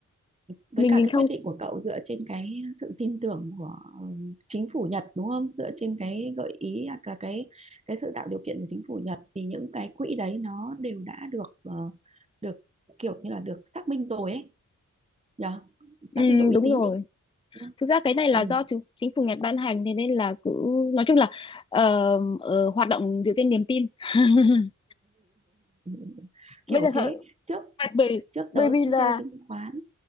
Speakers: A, on the right; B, on the left.
A: với
B: mình
A: cả
B: mình
A: cái
B: không
A: quyết định của cậu dựa trên cái sự tin tưởng của ừ, chính phủ Nhật đúng không? Dựa trên cái gợi ý hoặc là cái cái sự tạo điều kiện của chính phủ Nhật thì những cái quỹ đấy nó đều đã được ờ, được kiểu như là được xác minh rồi ấy nhờ xác
B: ừ,
A: minh độ uy
B: đúng
A: tín
B: rồi
A: ấy đúng không?
B: thực ra cái này là
A: Ừ.
B: do chính chính phủ Nhật ban hành thế nên là cứ nói chung là ờ, ờ, hoạt động dựa trên niềm tin <laughs>
A: <laughs>
B: bây
A: kiểu
B: giờ
A: thế
B: hợ-
A: trước
B: bởi
A: trước
B: bởi
A: tớ
B: vì
A: cũng
B: là
A: chơi chứng khoán